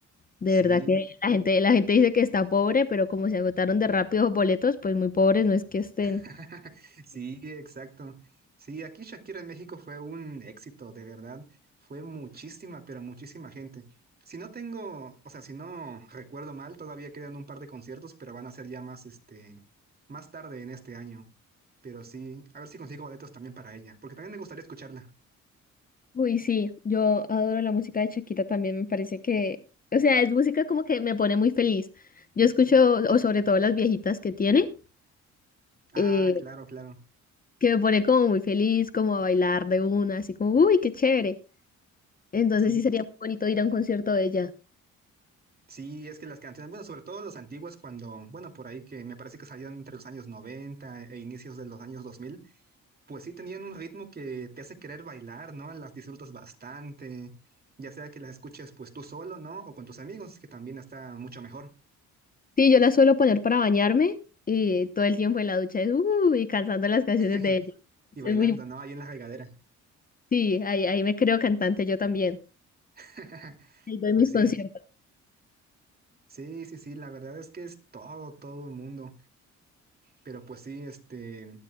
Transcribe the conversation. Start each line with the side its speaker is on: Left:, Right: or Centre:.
Left: de
Right: Sí,
Left: verdad que la gente, la gente dice que está pobre, pero como se agotaron de rápido los boletos, pues muy pobres no es que estén.
Right: <laughs> Sí, exacto. Sí, aquí Shakira en México fue un éxito, de verdad. Fue muchísima, pero muchísima gente. Si no tengo, o sea, si no recuerdo mal, todavía quedan un par de conciertos, pero van a ser ya más, este, más tarde en este año. Pero sí, a ver si consigo boletos también para ella, porque también me gustaría escucharla.
Left: Uy, sí, yo adoro la música de Shakira también, me parece que, o sea, es música como que me pone muy feliz. Yo escucho, o sobre todo las viejitas que tiene,
Right: Ah,
Left: eh,
Right: claro, claro.
Left: que me pone como muy feliz, como a bailar de una, así como, uy, qué chévere. Entonces
Right: Sí,
Left: sí sería muy bonito ir a un concierto de ella.
Right: sí, es que las canciones, bueno, sobre todo las antiguas, cuando, bueno, por ahí que me parece que salieron entre los años 90 e inicios de los años 2000. pues sí tenían un ritmo que te hace querer bailar, ¿no? Las disfrutas bastante, ya sea que las escuches pues tú solo, ¿no? O con tus amigos, que también está mucho mejor.
Left: Sí, yo la suelo poner para bañarme y todo el tiempo en la ducha es, uy, cantando las canciones
Right: <laughs>
Left: de ella.
Right: Y
Left: Es
Right: bailando,
Left: muy,
Right: ¿no? Ahí en la regadera.
Left: sí, ahí, ahí me creo cantante yo también.
Right: <laughs>
Left: Ahí doy
Right: Pues
Left: mis
Right: sí,
Left: conciertos.
Right: sí, sí, sí, la verdad es que es todo, todo el mundo. Pero pues sí, este,